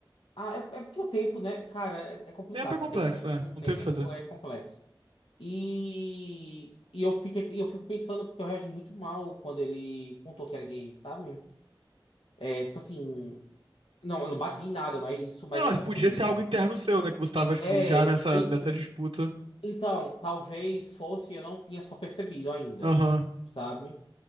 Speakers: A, on the left; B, on the right.
A: Ah, é, é porque o tempo, né? Cara, é, é complicado.
B: Tempo é complexo,
A: Tem, o,
B: né?
A: um tempo
B: Não tem o que fazer.
A: é complexo. E, e eu fiquei, eu fico pensando, porque eu reagi muito mal quando ele contou que era gay, sabe? É, tipo assim. Não, eu não bati em nada, não é isso, mas
B: Não, mas
A: tipo
B: podia
A: assim.
B: ser algo interno seu, né? Que você tava, tipo,
A: É.
B: já nessa, nessa disputa.
A: Então, talvez fosse, eu não tinha só percebido ainda,
B: Aham,
A: sabe?